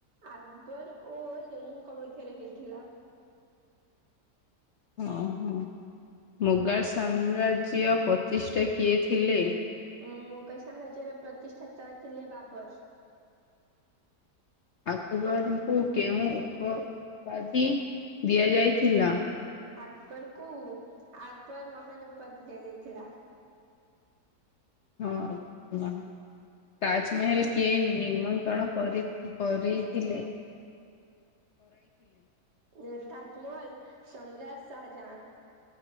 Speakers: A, on the right; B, on the left.
A: ଆକବର ଓ ହେମୁଙ୍କ ମଧ୍ୟରେ ହେଇଥିଲା।
B: ଓହୋ ମୁଗାର ସାମ୍ରାଜ୍ୟ ପ୍ରଚିଷ୍ଟା କିଏ ଥିଲେ?
A: ମୋଗାଲ ସାମ୍ରାଜ୍ୟର ପ୍ରତିଷ୍ଠାତା ଥିଲେ ବାବର।
B: ଆକବରଙ୍କୁ କେଉଁ ଉପ ଉପାଧି ଦିଆଯାଇଥିଲା?
A: ଆକବର କୁ ଆକବର ମହାନ ଉପାଧି ଦିଆଯାଇଥିଲା।
B: ହଁ ହଁ ତାଜମେହେଲ କିଏ ନିମନ୍ତ୍ରଣ କରି ପରେଇଥିଲେ।
A: ଉଁ ତାଜମହଲ ସମ୍ରାଜ ସାହା ଯାହା